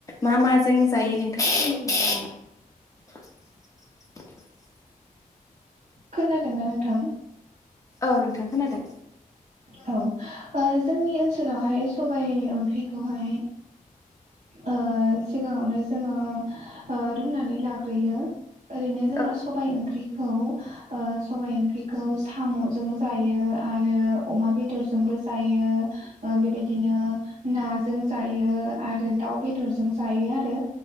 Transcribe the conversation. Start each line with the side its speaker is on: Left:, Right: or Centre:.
Left: मा माजों जायो नों <unintelligible>
Right: खोनादोंना नोंथां?
Left: औ नोंथां खोनादों।
Right: औ ओ जोंनि ओनसोलावहाय सबाइ ओंख्रिखौहाय ओ सिगाङावनो जोङो ओ रुनानै लाग्रोयो। ओरैनो जोंना
Left: औ
Right: सबाय ओंख्रि खौ ओ सबाइ ओंख्रिखौ साम'जोंबो जायो आरो अमा बेदरजोंबो जायो ओ बेबायदिनो नाजों जायो आरो दाउ आउ बेदरजों जायो आरो